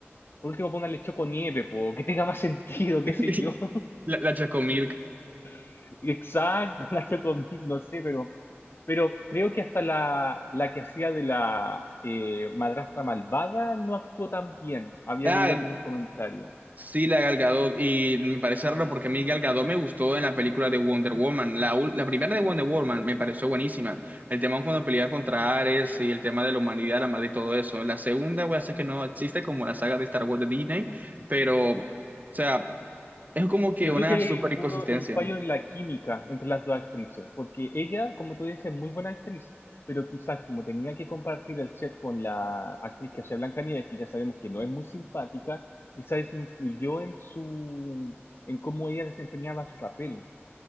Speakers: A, on the left; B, on the right.
A: por último pónganle Choco Nieve, po, que tenga más <laughs> sentido, qué
B: <laughs>
A: sé yo.
B: La, la Chocomilk.
A: <laughs> Exacto, la Choco no sé, pero, pero creo que hasta la, la que hacía de la eh, madrastra malvada no actuó tan bien. Había
B: Ah,
A: leído algunos comentarios.
B: Sí, la Gal Gadot, y me parece raro porque a mí Gal Gadot me gustó en la película de Wonder
A: Ujú.
B: Woman, la, ul- la primera de Wonder Woman me pareció buenísima, el tema cuando pelea contra Ares y el tema de la humanidad, la madre y todo eso, la segunda voy a decir que no existe como la saga de Star Wars de Disney,
A: Ujú.
B: pero, o sea, es como que
A: Yo
B: una
A: creo que ahí
B: super
A: hay
B: inconsistencia,
A: uno- un fallo en la química entre las dos actrices, porque ella, como tú dices, es muy buena actriz, pero quizás como tenía que compartir el set con la actriz que hacía Blancanieves, que ya sabemos que no es muy simpática, quizás eso influyó en su, en cómo ella desempeñaba su papel.